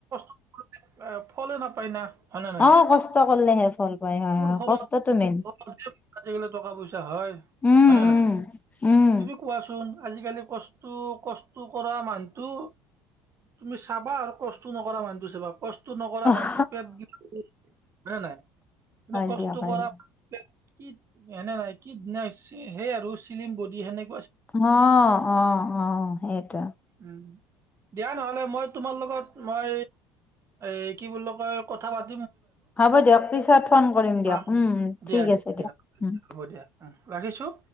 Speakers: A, on the right (about 40°); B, on the left (about 20°).
A: <unintelligible> ফলো নাপায় না হয় নে নাই
B: অ কষ্ট কৰিলেহে ফল পায় হয়
A: <unintelligible>
B: হয় কষ্টটো মেইন
A: ফলত আজিকালি টকা পইচা হয়
B: উম,
A: হয় ন
B: উম,
A: নাই
B: উম।
A: তুমি কোৱাচোন আজিকালি কষ্ট কষ্ট কৰা মানুহটো তুমি চাবা আৰু কষ্ট নকৰা মানুহটো চাবা কষ্ট ষ্টো নকৰা
B: অহ,
A: মানুহটো পেট <unintelligible> হয়ে নহাই
B: হয়
A: কষ্ট
B: দিয়ক, হয়
A: কৰা
B: দিয়ক।
A: কি সেনে নাই কি সেই আৰু চিলিম বডি সেনেকে
B: অ অ আহ সেইটো
A: উম দিয়া নহয় মই তোমাৰ লগত মই এ কি বোলো কয় কথা পা
B: হ'ব দিয়ক পিছত ফোন কৰিম দিয়ক
A: আহ
B: উম ঠিক
A: দিয়া দিয়া
B: আছে দিয়ক
A: দিয়া
B: উম
A: হ'ব দিয়া ৰাখিছোঁ